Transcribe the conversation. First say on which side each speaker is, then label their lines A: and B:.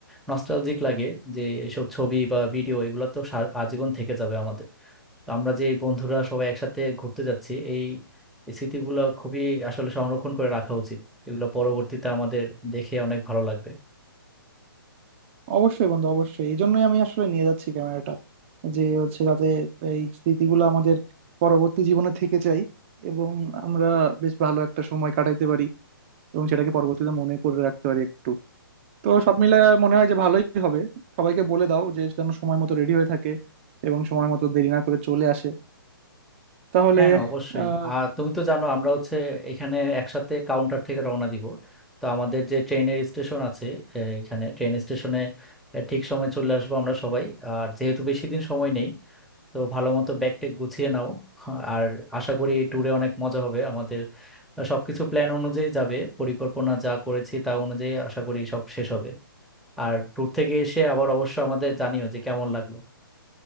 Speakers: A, in the centre; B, on the right (about 30°).
A: নস্টালজিক লাগে যে এসব ছবি বা ভিডিও এগুলো তো সার- আজীবন থেকে যাবে আমাদের তো আমরা যে বন্ধুরা সবাই একসাথে ঘুরতে যাচ্ছি এই এই স্মৃতিগুলো খুবই আসলে সংরক্ষণ করে রাখা উচিত এগুলো পরবর্তীতে আমাদের দেখে অনেক ভালো লাগবে
B: অবশ্যই বন্ধু অবশ্যই এই জন্যই আমি আসলে নিয়ে যাচ্ছি ক্যামেরাটা যে হচ্ছে যাতে এই স্মৃতিগুলো আমাদের পরবর্তী জীবনে থেকে যায় এবং আমরা বেশ ভালো একটা সময় কাটাইতে পারি এবং সেটাকে পরবর্তীতে মনে করে রাখতে পারি একটু তো সব মিলে মনে হয় যে ভালোই হবে সবাইকে বলে দাও যে যেন সময় মতো রেডি হয়ে থাকে এবং সময় মতো দেরি না করে চলে আসে তাহলে
A: হ্যাঁ অবশ্যই
B: আহ
A: আর তুমি তো জানো আমরা হচ্ছে এখানে একসাথে কাউন্টার থেকে রওনা দিব তো আমাদের যে ট্রেনের স্টেশন আছে এ, এখানে ট্রেন স্টেশনে ঠিক সময় চলে আসবো আমরা সবাই আর যেহেতু বেশি দিন সময় নেই তো ভালো মতো ব্যাগ ট্যাগ গুছিয়ে নাও আর আশা করি এই ট্যুরে অনেক মজা হবে আমাদের সবকিছু প্ল্যান অনুযায়ী যাবে পরিকল্পনা যা করেছি তা অনুযায়ী আশা করি সব শেষ হবে আর ট্যুর থেকে এসে আবার অবশ্য আমাদের জানিও যে কেমন লাগলো